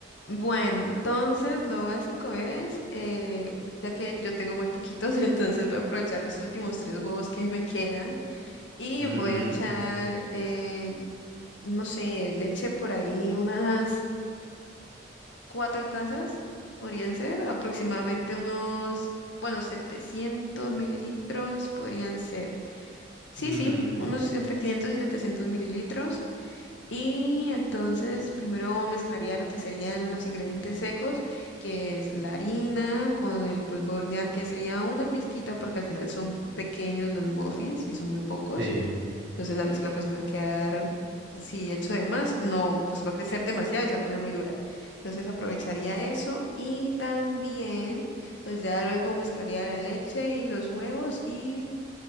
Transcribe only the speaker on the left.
Bueno, entonces lo básico es, eh, ya que yo tengo muy poquitos, <laughs> entonces voy a aprovechar los últimos tres huevos que me quedan y
voy a echar, eh, no sé, leche por ahí, unas... cuatro tazas podrían ser aproximadamente unos, bueno, 700 mililitros podrían ser. Sí,
sí, unos entre 500 y 700 mililitros. Y entonces primero mezclaría lo que serían los ingredientes secos, que es la harina con el polvo de hornear, que sería una pizquita porque al final son pequeños los muffins y son muy pocos.
Entonces la mezcla pues me va a quedar, si echo de más, no, pues va a crecer demasiado y se va a poner muy dura. Entonces aprovecharía eso y también pues ya luego mezclaría la leche y los huevos y